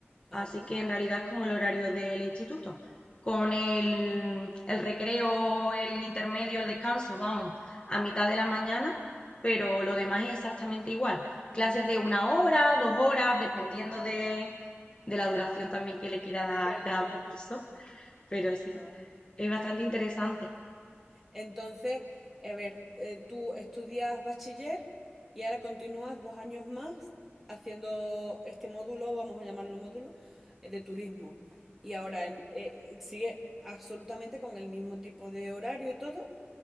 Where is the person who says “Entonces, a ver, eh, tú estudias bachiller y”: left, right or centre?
Centre